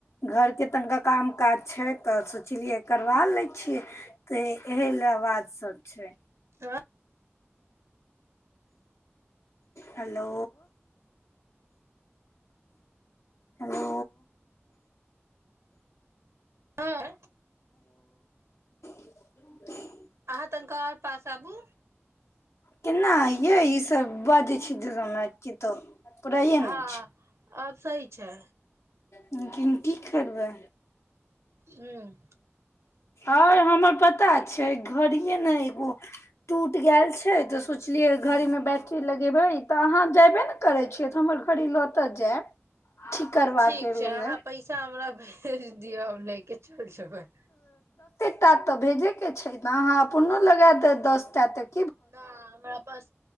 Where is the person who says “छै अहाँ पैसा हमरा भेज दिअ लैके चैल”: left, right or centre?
Right